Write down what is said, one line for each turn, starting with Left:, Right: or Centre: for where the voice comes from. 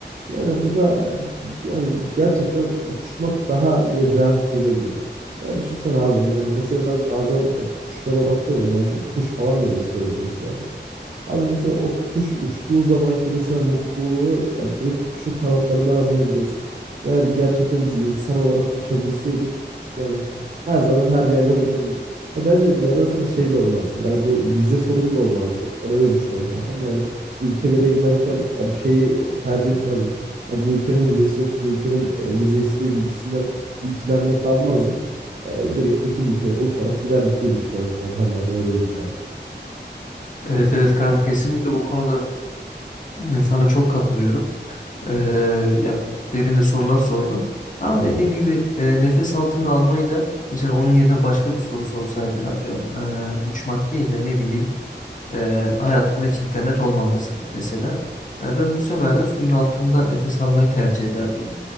Right: Yani bu da e, yani gerçekten uçmak daha böyle cazip geliyor gibi. Yani düşünsene abi yani mesela ben bazen e, kuşlara bakıyorum yani kuş falan da besliyoruz mesela biz. Abi mesela o kuş uçtuğu zamanki mesela mutluluğu yani direkt kuşun kanatlarından anlayabiliyorsun. Eğer gerçekten biz insan olarak uçabilseydik yani her zaman her yerde bulunabilirdik. Ya bence bir yerden sonra şey de olmazdı. Yani bu vize sorunu da olmazdı. Ben öyle düşünüyorum kankam. Yani ülkelere giderken yani şeyi tercih etmezdik. Ya bu ülkenin vizesi yok, bu ülkenin e, vize istiyor gibisinden bir ikilemde kalmazdık. E, direkt bütün ülkelere uçarak giderdik diye düşünüyorum kankam yani öyle diyeyim sana.
Left: Evet evet kanka kesinlikle bu konuda e, sana çok katılıyorum. Ee, ya derin de sorular sordu. Ama
Right: Eyvallah.
Left: dediğim gibi e, nefes altında almayı da mesela onun yerine başka bir soru sorsaydın atıyorum e, uçmak değil de ne bileyim e, hayatında hiç internet olmaması mesela. E, ben bu sefer de suyun altında nefes almayı tercih ederdim.